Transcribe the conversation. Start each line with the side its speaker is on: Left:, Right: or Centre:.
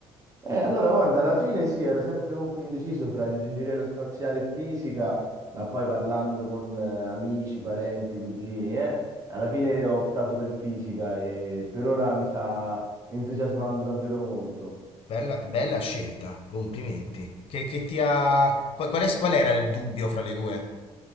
Right: Eh, allora, guarda, alla fine sì, ero sempre comunque indeciso fra ingegneria aerospaziale e fisica, ma poi parlando con eh, amici, parenti, cugini, eh, alla fine ho optato per fisica e per ora mi sta entusiasmando davvero molto.
Left: Bella, bella scelta, complimenti. Che, che ti ha... Qual, qual è- qual era il dubbio fra le due?